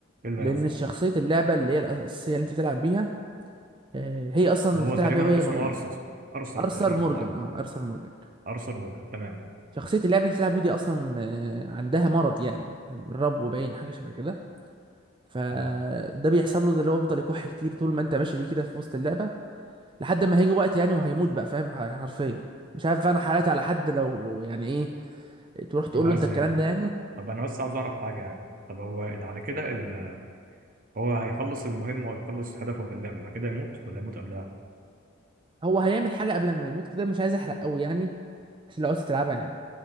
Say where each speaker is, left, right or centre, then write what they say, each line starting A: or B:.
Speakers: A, on the right (about 45°); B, on the right (about 25°).
A: ايه اللي
B: لان
A: هيحصل
B: شخصية اللعبة اللي هي الاساسية اللي انت بتلعب بيها آه، هي اصلا
A: اللي
B: انت
A: هو
B: بتلعب
A: تقريبا
B: بيها وهي
A: اسمه
B: مريضة
A: ارثر ارثر
B: ارثر
A: تقريبا
B: مورجان
A: او
B: اه ارثر مورجان
A: ارثر مورجان تمام
B: شخصية اللاعب اللي انت بتلعب بيه دي اصلا آه، عندها مرض يعني رب باين حاجة شبه كده فده
A: اه
B: بيحصل له اللي هو بيفضل يكح كتير طول ما انت ماشي بيه كده في وسط اللعبة لحد ما هيجي وقت يعني وهيموت بقى فاهم يعني حرفيا مش عارف انا حالات على حد لو يعني ايه تروح تقول
A: انا عايز
B: له انت الكلام
A: ايه
B: ده يعني
A: طب انا بس عاوز اعرف حاجه يعني طب هو اللي على كده ال- هو هيخلص المهمه ويخلص هدفه في اللعبه بعد كده يموت ولا يموت قبلها
B: هو هيعمل حاجة قبل ما يموت كده مش عايز احرق قوي يعني بس لو عايز تلعبها يعني